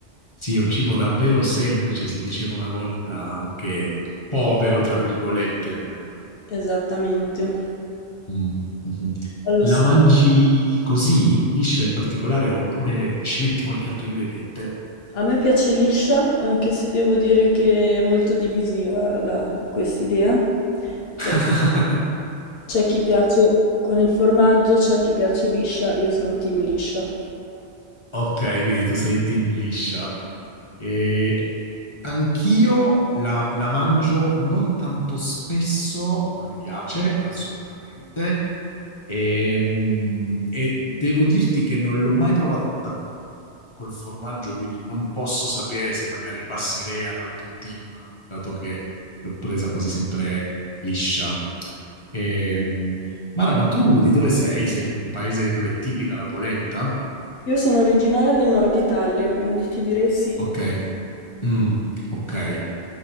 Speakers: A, on the left; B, on the left.
A: sì, è un cibo davvero semplice, si diceva una volta anche povero, tra virgolette. nel-
B: Esattamente.
A: Mm, mhm.
B: Allo
A: La
B: stesso.
A: mangi così, liscia in particolare, oppure ci metti qualche altro ingrediente?
B: A me piace liscia, anche se devo dire che è molto divisiva la- quest'idea, perché
A: <laughs>
B: c'è chi piace con il formaggio, c'è chi piace liscia, io sono team liscia.
A: Ok, quindi tu sei team liscia. E anch'io la, la mangio non tanto spesso, ma mi piace assolutamente. E, mm, e devo dirti che non l'ho mai provata col formaggio, quindi non posso sapere se magari passerei all'altro team, dato che l'ho presa quasi sempre liscia. Ehm, Mara, ma tu di dove sei? Sei in un paese dove è tipica la polenta?
B: Io sono originaria del nord Italia, quindi ti direi sì.
A: Ok. Mm, ok.